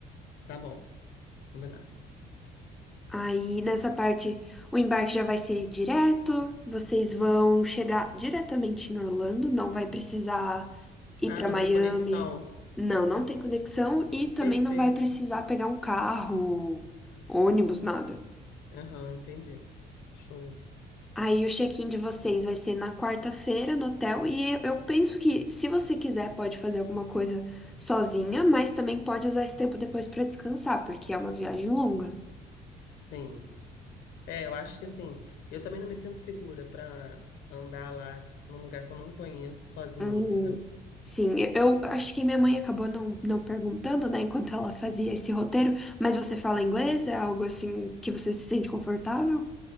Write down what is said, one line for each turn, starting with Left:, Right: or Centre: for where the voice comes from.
Left: tá bom, combinado.
Centre: Aí nessa parte, o embarque já vai ser direto, vocês vão chegar diretamente em Orlando, não vai precisar ir
Left: Ah,
Centre: para
Left: não
Centre: Miami.
Left: tem conexão.
Centre: Não, não tem conexão e também
Left: Perfeito.
Centre: não vai precisar pegar um carro, ônibus, nada.
Left: Aham, entendi. Show.
Centre: Aí o check-in de vocês vai ser na quarta-feira no hotel e eu eu penso que se você quiser pode fazer alguma coisa sozinha, mas também pode usar esse tempo depois para descansar, porque é uma viagem longa.
Left: Sim. É, eu acho que, assim, eu também não me sinto segura para andar lá num lugar que eu não conheço sozinha,
Centre: Hum,
Left: entendeu?
Centre: sim, eu, eu acho que minha mãe acabou não, não perguntando, né, enquanto ela fazia esse roteiro, mas você fala inglês? É algo assim que você se sente confortável?